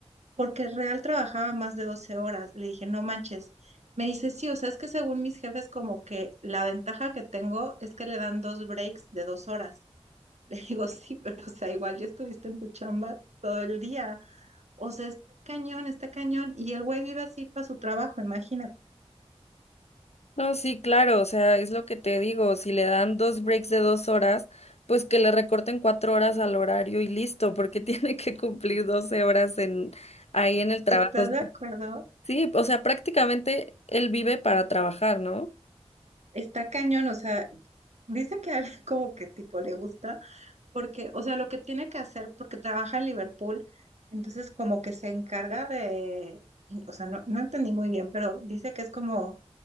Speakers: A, on the right; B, on the left.
A: porque real trabajaba más de 12 horas. Le dije, no manches. Me dice, sí, o sea, es que según mis jefes, como que la ventaja que tengo es que le dan dos breaks de dos horas. <laughs> Le digo, sí, pero o sea, igual ya estuviste en tu chamba todo el día. O sea, está cañón, está cañón. Y el güey vive así para su trabajo, imagínate.
B: No, sí, claro, o sea, es lo que te digo, si le dan dos breaks de dos horas, pues que le recorten cuatro horas al horario y listo, porque <laughs> tiene que cumplir 12 horas en, ahí en el trabajo.
A: ¿Estás
B: o sea,
A: de acuerdo?
B: sí, o sea, prácticamente él vive para trabajar, ¿no?
A: Está cañón, o sea, dice que a él <laughs> como que tipo le gusta, porque, o sea, lo que tiene que hacer, porque trabaja en Liverpool, entonces como que se encarga de, o sea, no, no entendí muy bien, pero dice que es como